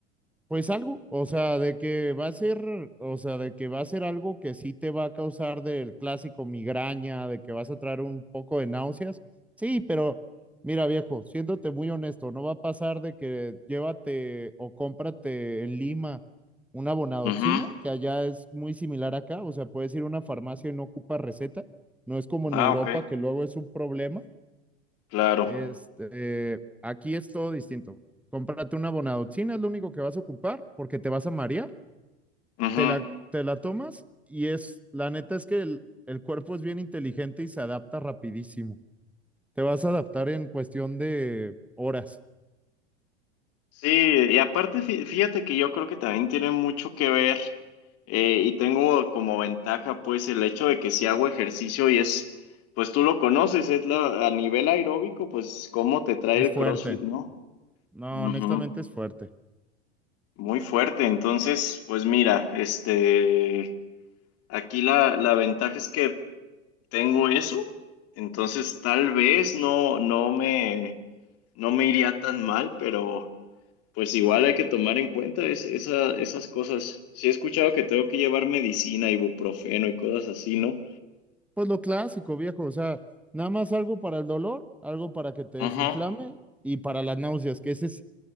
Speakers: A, in the centre; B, on the left (about 45°).
A: Pues algo, o sea, de que va a ser, o sea, de que va a ser algo que sí te va a causar del clásico migraña, de que vas a traer un poco de náuseas. Sí, pero mira, viejo, siéndote muy honesto, no va a pasar de que llévate o cómprate en Lima una bonadoxina,
B: Ujú. Ujú.
A: que allá es muy similar acá, o sea, puedes ir a una farmacia y no ocupa receta, no es como en
B: Ah,
A: Europa
B: ok.
A: que luego es un problema.
B: Claro.
A: Este, aquí es todo distinto. Cómprate una bonadotina, es lo único que vas a ocupar porque te vas a marear,
B: Ujú.
A: te la, te la tomas y es, la neta es que el, el cuerpo es bien inteligente y se adapta rapidísimo. Te vas a adaptar en cuestión de horas.
B: Sí, y aparte fí- fíjate que yo creo que también tiene mucho que ver eh, y tengo como ventaja pues el hecho de que si hago ejercicio y es, pues tú lo conoces, es la, a nivel aeróbico, pues cómo te trae
A: Es
B: el
A: fuerte.
B: CrossFit, ¿no?
A: No,
B: Ujú,
A: honestamente es fuerte.
B: Muy fuerte, entonces pues mira, este, aquí la, la ventaja es que tengo eso, entonces tal vez no, no me, no me iría tan mal, pero... Pues igual hay que tomar en cuenta es- esa- esas cosas. Sí he escuchado que tengo que llevar medicina, ibuprofeno y cosas así, ¿no?
A: Pues lo clásico, viejo, o sea, nada más algo para el dolor, algo para que te
B: Ajá,
A: desinflame y para las náuseas, que ese es,